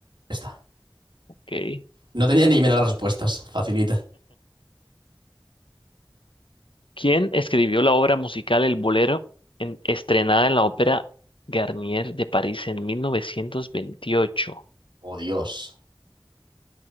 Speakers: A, on the right (about 65°); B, on the left (about 85°).
A: Esta.
B: Ok.
A: No tenía ni que mirar las respuestas. Facilita.
B: ¿Quién escribió la obra musical El Bolero en- estrenada en la Ópera Garnier de París en mil novecientos veintiocho
A: Oh, Dios.